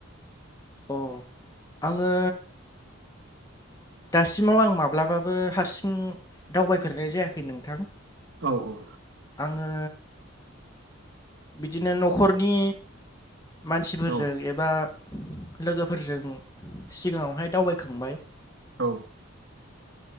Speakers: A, on the left; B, on the right.
A: अ आङो दासिमाव आं माब्लाबाबो हारसिं दावबायफेरनाय जायाखै नोंथां।
B: औ-औ।
A: आङो बिदिनो न'खरनि मानसिफोरजों
B: औ
A: एबा लोगोफोरजों सिगाङावहाय दावबायखांबाय।
B: औ।